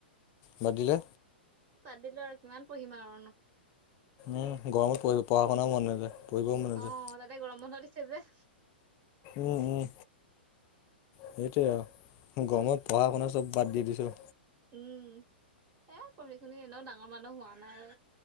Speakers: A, on the left (about 35°); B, on the right (about 35°).
A: বাদ দিলে?
B: বাদ দিলো আৰু, কিমান পঢ়িম আৰু ন'?
A: উম, গৰমত পঢ় পঢ়া শুনাও মন নাযায়। পঢ়িবও মন নাযায়
B: অঁ, তাতে গৰম বন্ধ দিছে যে।
A: উম, উম। সেইটোয়ে অ। গৰমত পঢ়া শুনা চ'ব বাদ দি দিছোঁ।
B: উম, এ পঢ়ি শুনি এনেও ডাঙৰ মানুহ হোৱা নাই ঔ।